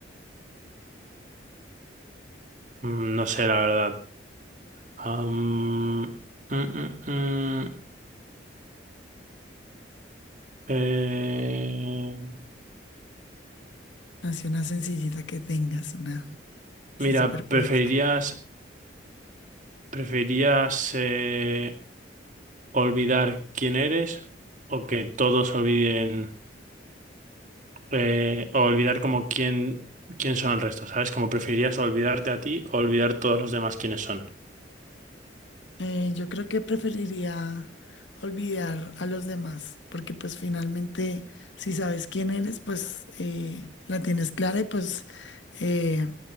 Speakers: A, on the right; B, on the left.
A: mm, no sé, la verdad. Am, mm, mm, mm, eh,
B: Así una sencillita que tengas, una
A: mira,
B: así súper
A: ¿preferirías
B: práctica.
A: ¿Preferías eh, olvidar quién eres o que todos olviden eh, o olvidar como quién, quién son el resto? ¿Sabes? Como preferirías olvidarte a ti o olvidar todos los demás quiénes son.
B: Eh, yo creo que preferiría olvidar a los demás, porque pues finalmente si sabes quién eres, pues eh, la tienes clara y pues eh,